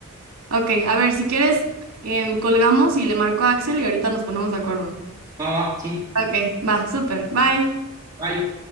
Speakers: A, on the right (about 75°); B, on the right (about 15°).
A: Ok, a ver, si quieres, em, colgamos y le marco a Axel y ahorita nos ponemos de acuerdo.
B: Va, va, sí.
A: Ok, va, súper. Bye.
B: Bye.